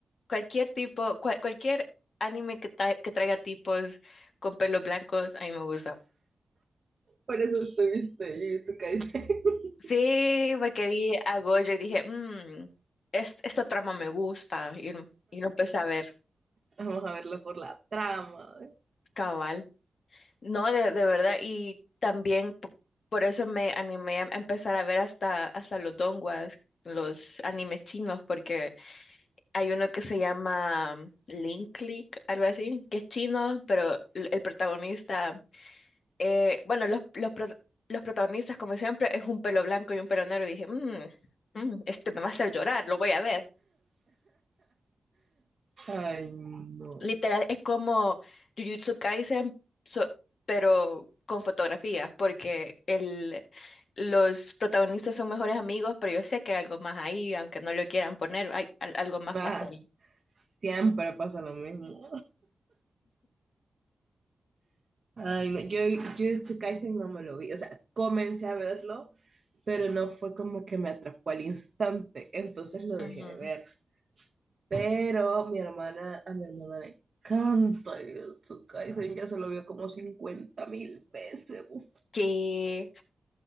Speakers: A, on the left; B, on the right.
A: cualquier tipo, cual- cualquier anime que, tra- que traiga tipos con pelos blancos, a mí me gusta.
B: Por eso tuviste Jujutsu Kaisen. <laughs>
A: Sí, porque vi a Gojo y dije, mmm, esta trama me gusta, y, y lo empecé a ver,
B: Vamos a verlo por la trama.
A: cabal. No, de, de verdad, y también p- por eso me animé a empezar a ver hasta, hasta los donguas, los animes chinos, porque hay uno que se llama mm, Link Click, algo así, que es chino, pero l- el protagonista, eh, bueno, los, los, pro- los protagonistas, como siempre, es un pelo blanco y un pelo negro, y dije, "Mm, mm, este me va a hacer llorar, lo voy a ver.
B: Ay, no.
A: Literal, es como Jujutsu Kaisen, so- pero con fotografías, porque el, los protagonistas son mejores amigos, pero yo sé que hay algo más ahí, aunque no lo quieran poner, hay, al- algo más
B: Ajá,
A: pasa ahí.
B: siempre pasa lo mismo. Ay, no, yo Jujutsu Kaisen no me lo vi, o sea, comencé a verlo, pero no fue como que me atrapó al instante, entonces lo
A: Mm,
B: dejé de ver. Pero mi hermana, a mi hermana le encanta Jujutsu Kaisen, ya se lo vio como cincuenta mil veces. bu.
A: Que